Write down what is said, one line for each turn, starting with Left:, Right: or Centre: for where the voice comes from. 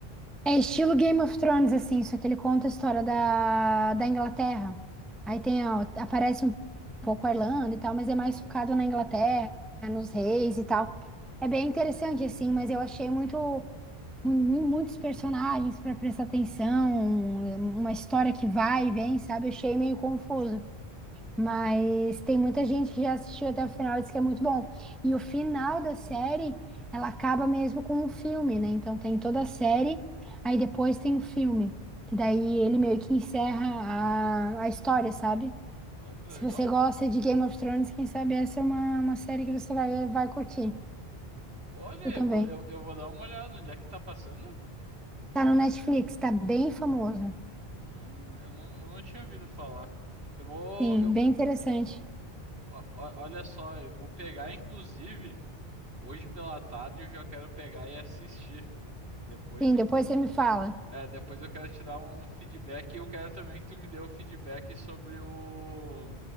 Centre: É estilo Game of Thrones, assim, só que ele conta a história da, da Inglaterra. Aí tem,
Right: Hum,
Centre: ó, aparece um pouco a Irlanda e tal, mas é mais focado na Inglaterra, nos reis e tal. É bem interessante, assim, mas eu achei muito, mu- mu- muitos personagens para prestar atenção, uma história que vai e vem, sabe? Eu achei meio confuso. Mas tem muita gente que já assistiu até o final e diz que é muito bom. E o final da série, ela acaba mesmo com um filme, né? Então tem toda a série, aí depois tem o filme. Que daí ele meio que encerra a, a história, sabe?
Right: ah, que
Centre: Se
Right: legal.
Centre: você gosta de Game of Thrones, quem sabe essa é uma, uma série que você vai, vai curtir.
Right: Olha,
Centre: Eu também.
Right: eu vou, eu, eu vou dar uma olhada. Onde é que tá passando?
Centre: Tá no Netflix, tá bem famoso.
Right: Ah, eu não, eu não tinha ouvido falar. Eu vou.
Centre: Sim,
Right: eu-
Centre: bem interessante.
Right: ó- ó- olha só, eu vou pegar, inclusive. Hoje pela tarde eu já quero pegar e assistir. Depois,
Centre: Sim,
Right: inclu-
Centre: depois você me fala.
Right: é, depois eu quero te dar um feedback e eu quero também que tu me dê o feedback sobre o